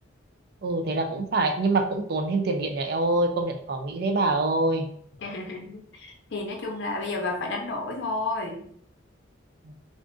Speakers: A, on the right; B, on the left.
A: ừ thế là cũng phải nhưng mà cũng tốn thêm tiền điện nhà eo ơi công nhận khó nghĩ thế bà ơi
B: <laughs> thì nói chung là bây giờ bà phải đánh đổi thôi
A: Ừ.